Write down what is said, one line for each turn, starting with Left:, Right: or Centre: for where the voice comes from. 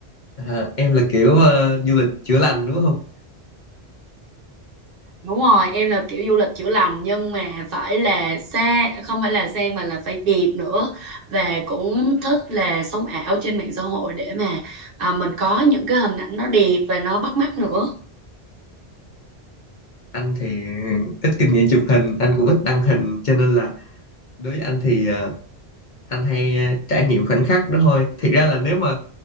Left: à, em là kiểu ờ, du lịch chữa lành đúng không
Right: đúng rồi em là kiểu du lịch chữa lành nhưng mà phải là xa không phải là sang mà là phải đẹp nữa và cũng thích là sống ảo trên mạng xã hội để mà à, mình có những cái hình ảnh nó đẹp và nó bắt mắt nữa
Left: anh thì ít kinh nghiệm chụp hình anh cũng ít đăng hình cho nên là đối với anh thì ờ, anh hay ờ, trải nghiệm khoảnh khắc đó thôi thiệt ra là nếu mà